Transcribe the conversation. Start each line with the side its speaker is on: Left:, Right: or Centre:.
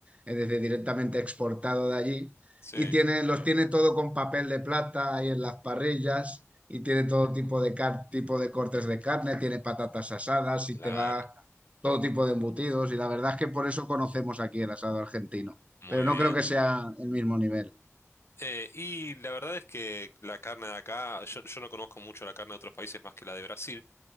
Right: es decir, directamente exportado de allí,
Left: sí,
Right: y tiene, los tiene todo con papel de plata ahí en las parrillas, y tiene todo tipo de, car- tipo de cortes de carne, tiene patatas asadas, y
Left: claro,
Right: te va todo tipo de embutidos y la verdad es que por eso conocemos aquí el asado argentino,
Left: muy
Right: pero no
Left: bien.
Right: creo que sea el mismo nivel.
Left: Eh, y la verdad es que la carne de acá, yo, yo no conozco mucho la carne de otros países más que la de Brasil.